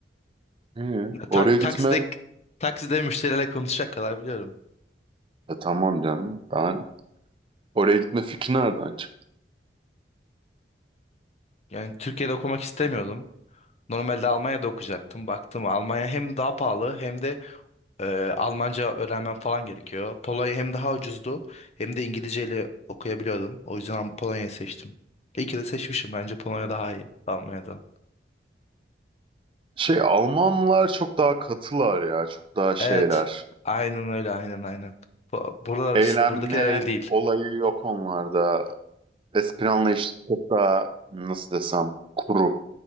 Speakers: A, on the right (about 30°); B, on the left (about 40°).
A: Hı. Oraya
B: Tak,
A: gitme.
B: takside takside müşterilerle konuşacak kadar biliyorum.
A: E, tamam canım. Ben oraya gitme fikri nereden çıktı?
B: Yani Türkiye'de okumak istemiyordum. Normalde Almanya'da okuyacaktım. Baktım Almanya hem daha pahalı hem de Ee, Almanca öğrenmem falan gerekiyor. Polonya hem daha ucuzdu hem de İngilizceyle okuyabiliyordum. O yüzden Polonya'yı seçtim. İyi ki de seçmişim. Bence Polonya daha iyi Almanya'dan.
A: Şey Almanlar çok daha katılar ya. Çok daha şeyler.
B: Evet. Aynen öyle. Aynen aynen. Bu- Buralar,
A: Eğlenme
B: buradakiler öyle değil.
A: olayı yok onlarda. Espri anlayışı çok daha nasıl desem kuru.